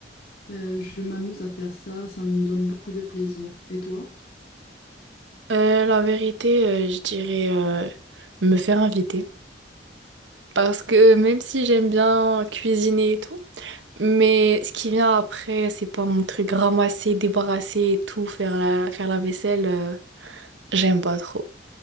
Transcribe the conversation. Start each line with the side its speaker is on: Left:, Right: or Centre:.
Left: Euh, je m'amuse à faire ça, ça me donne beaucoup de plaisir. Et toi?
Right: Euh, la vérité, euh, je dirais euh, me faire inviter. Parce que même si j'aime bien cuisiner et tout, mais ce qui vient après, c'est pas mon truc ramasser, débarrasser et tout, faire la, faire la vaisselle, euh, j'aime pas trop.